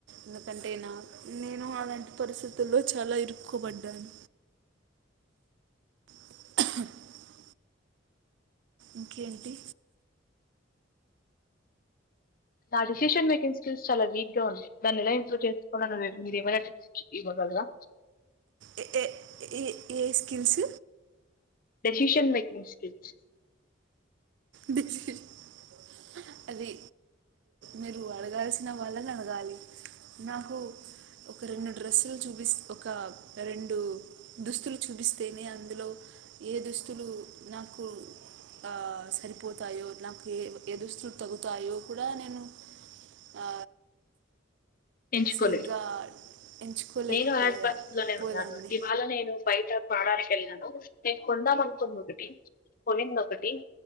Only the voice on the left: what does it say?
నా డిసిషన్ మేకింగ్ స్కిల్స్ చాలా వీక్ గా ఉంది. దాన్ని ఎలా ఇంప్రూవ్ చేసుకున్నా ను మీరు ఏమైన <inaudible> అల్లా
డెసిషన్ మేకింగ్ స్కిల్స్
ఎంచుకోలేదు
నేను అలాంటి పరిస్థితిలోనే
ఉన్నాను. ఇవాళ నేను బయట పడడానికి ఏళ్ళినాను. కొందాం అనుకుంద్ ఒకటి కొనింద్ ఒకటి